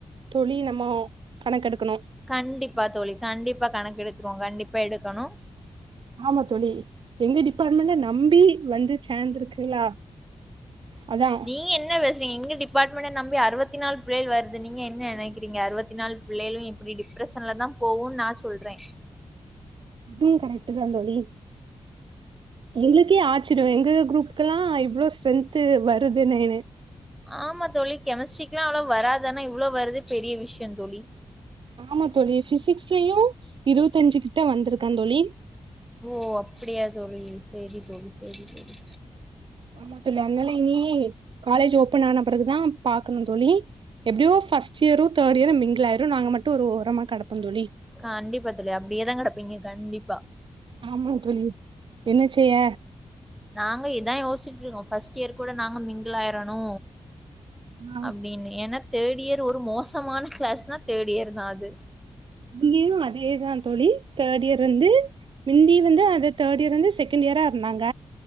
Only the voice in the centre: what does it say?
கண்டிப்பா தோழி கண்டிப்பா கணக்கெடுத்துருவோ கண்டிப்பா எடுக்கணு
நீங்க என்ன பேசுறீங் எங்க டிபார்ட்மெண்ட்ட நம்பி அறுவத்தி நால் பிள்ளைள் வருது நீங்க என்ன நெனக்றீங்க அறுவத்தி நாலு புள்ளைளு இப்டி டிப்ரெஷ்ஷன்ல தா போவு நா சொல்றே
ஆமா தோழி கெமிஸ்ட்ரிக்கு அவ்ளோ வராதானா இவ்ளோ வரதே பெரிய விஷயோ தோழி
ஓ அப்டியா தோழி சரி தோழி சரி தோழி
கண்டிப்பா தோழி அப்டியே தா கெடப்பீங்க கண்டிப்பா
நாங்க இதா யோசுச்ட்டுருக்கோ ஃபஸ்ட் இயர் கூட நாங்க மிங்கிள் ஆயிரணு
அப்டின்னு ஏன்னா தேர்டு இயர் ஒரு மோசமான கிளாஸ்னா தேர்டு இயர் தா அது